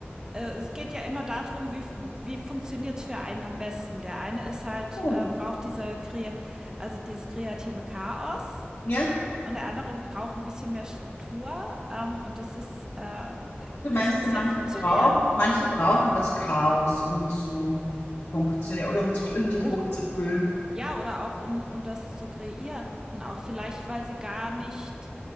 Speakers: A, on the right; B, on the left.
A: äh, es geht ja immer darum, wie f wie funktioniert's für einen am besten. Der eine ist halt
B: Ton.
A: äh, braucht diese krea also, dieses kreative Chaos
B: Ja?
A: und der andere braucht ein bisschen mehr Struktur, ähm, und das ist, äh
B: Du
A: es
B: meinst,
A: muss
B: manche
A: ja funktionieren,
B: brauchen, manche brauchen das Chaos, um zu funktionieren oder um, zu- um sich
A: um
B: wohlzufühlen.
A: Ja, oder auch um um das zu kreieren, auch vielleicht, weil sie gar nicht